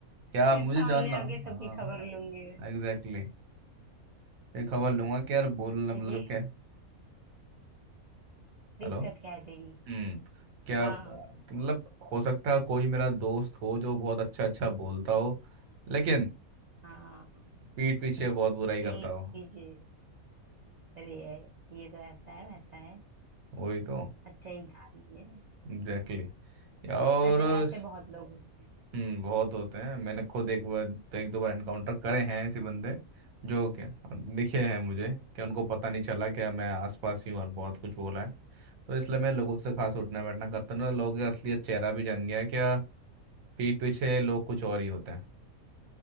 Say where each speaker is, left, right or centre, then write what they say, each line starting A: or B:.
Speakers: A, on the right; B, on the right.
A: क्या
B: फिर
A: मुझे
B: सामने
A: जानना
B: आके सबकी
A: हाँ
B: खबर लूंगी मैं
A: एग्जैक्टली exactly. ये खबर लूंगा कि यार बोलना
B: तो
A: मतलब
B: ये
A: क्या
B: दिक्कत
A: हेलो
B: क्या है तेरी
A: हम्म क्या
B: हाँ
A: मतलब हो सकता है कोई मेरा दोस्त हो जो बहुत अच्छा अच्छा बोलता हो लेकिन
B: हाँ
A: पीठ पीछे बहुत बुराई
B: पीठ
A: करता हो
B: पीछे अरे यार ये तो ऐसा है वैसा है
A: वही तो
B: अच्छा इंसान ही है
A: Exactly exactly. और
B: वैसे ऐसे बहुत लोग होते
A: हम्म बहुत होते हैं मैंने खुद एक बार तो एक दो बार एनकाउंटर करे हैं ऐसे बंदे जो क्या दिखे हैं मुझे कि उनको पता नहीं चला कि मैं आसपास ही हूँ और बहुत कुछ बोला है तो इसलिए मैं लोगों से खास उठना बैठना करता हूँ ना लोगों का असलियत चेहरा भी जान गया है क्या पीठ पीछे लोग कुछ और ही होते